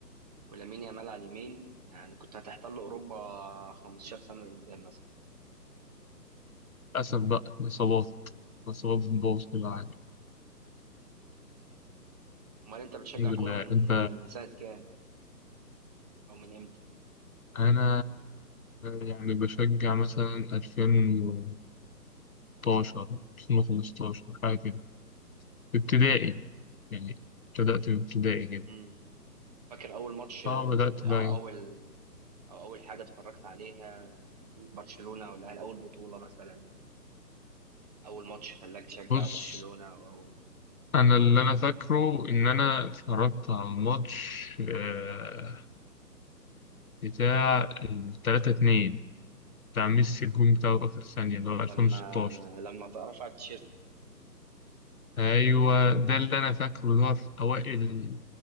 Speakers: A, on the right; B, on the left.
A: ولامين يامال على اليمين يعني كنت هتحتل اوروبا 15 سنة لقدام مثلا
B: للأسف بقى إصابات إصابات بتبوظ كل حاجة
A: امال انت بتشجع
B: الحمد لله
A: كورة من
B: انت
A: من سنة كام او من امتى؟
B: أنا يعني بشجع مثلا 2016 2015 حاجة كده في ابتدائي يعني ابتدأت في ابتدائي كده
A: مم. فاكر اول ماتش آه،
B: اه بدأت
A: او
B: بقى يعني.
A: اول او اول حاجه اتفرجت عليها برشلونه ولا اول بطوله مثلا اول ماتش خلاك تشجع
B: بص
A: برشلونه او اول
B: أنا اللي أنا فاكره إن أنا اتفرجت على الماتش آه، بتاع التلاتة اتنين بتاع ميسي الجون بتاعه في آخر ثانية اللي هو 2016
A: لما لما رفع التيشيرت
B: أيوه ده اللي أنا فاكره اللي هو في أوائل